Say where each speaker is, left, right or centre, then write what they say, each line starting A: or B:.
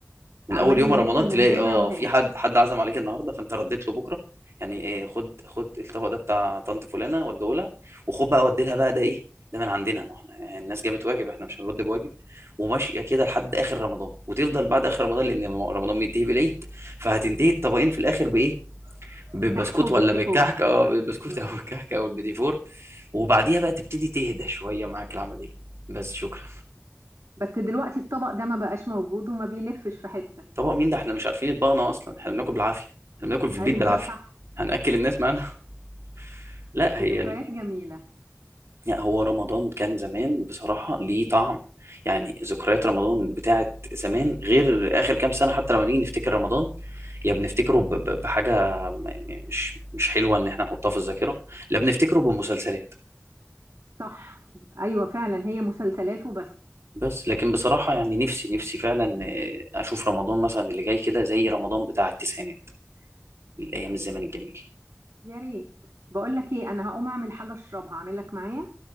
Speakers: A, on the right; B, on the right.
A: من
B: عمال
A: اول يوم
B: يلف
A: رمضان
B: من
A: تلاقي
B: هنا
A: اه
B: وهنا
A: في حد حد عزم عليك النهارده فانت رديت له بكره يعني ايه خد خد الطبق ده بتاع طنط فلانه وديه لها وخد بقى ودي لها بقى ده ايه ده من عندنا ما احنا يعني الناس جابت واجب احنا مش هنرد بواجب وماشيه كده لحد اخر رمضان وتفضل بعد اخر رمضان لان رمضان بينتهي بالعيد فهتنتهي الطبقين في الاخر بايه بالبسكوت
B: كحك وبيتي
A: ولا بالكحك
B: فور
A: اه بالبسكوت
B: مم.
A: او الكحك او البيدي فور وبعديها بقى تبتدي تهدى شويه معاك العمليه بس شكرا
B: بس دلوقتي الطبق ده ما بقاش موجود وما بيلفش في حتة
A: طبق مين ده احنا مش عارفين يطبقنا اصلا احنا بناكل بالعافيه احنا بناكل في البيت
B: <laughs> ايوه
A: بالعافيه
B: صح
A: هنأكل الناس معانا <laughs> لا
B: بس
A: هي
B: ذكريات
A: ال...
B: جميلة
A: يعني هو رمضان كان زمان بصراحه ليه طعم يعني ذكريات رمضان بتاعت زمان غير اخر كام سنه حتى لما نيجي نفتكر رمضان يا بنفتكره ب... ب... بحاجه م- م- مش مش حلوه ان احنا نحطها في الذاكره لا بنفتكره بمسلسلات
B: صح ايوه فعلا هي مسلسلات وبس
A: بس لكن بصراحه يعني نفسي نفسي فعلا آه، اشوف رمضان مثلا اللي جاي كده زي رمضان بتاع التسعينات الايام الزمن الجميل
B: يا ريت بقول لك ايه انا هقوم اعمل حاجة اشربها اعمل لك معايا